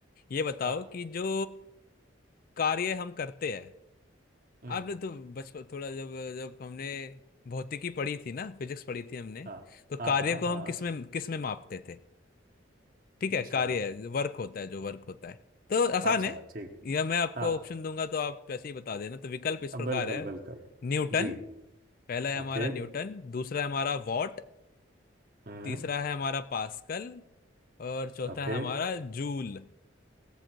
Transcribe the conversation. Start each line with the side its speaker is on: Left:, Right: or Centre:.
Left: ये बताओ
Right: हाँ
Left: कि जो कार्य हम करते हैं
Right: हम्म
Left: आपने तो बचपन थोड़ा जब जब हमने भौतिकी पढ़ी थी ना फिजिक्स पढ़ी थी हमने
Right: हाँ
Left: तो
Right: हाँ
Left: कार्य
Right: हाँ
Left: को
Right: हाँ
Left: हम किस में किस में मापते थे ठीक
Right: अच्छा
Left: है कार्य वर्क होता है जो वर्क होता है तो आसान
Right: अच्छा
Left: है
Right: ठीक
Left: या मैं आपको
Right: हाँ
Left: ऑप्शन दूंगा तो आप वैसे ही बता देना तो विकल्प इस प्रकार
Right: बिल्कुल
Left: है
Right: बिल्कुल
Left: न्यूटन
Right: जी
Left: पहला है हमारा
Right: ओके
Left: न्यूटन दूसरा है हमारा वॉट
Right: हम्म
Left: तीसरा है हमारा पास्कल और चौथा
Right: ओके
Left: है हमारा जूल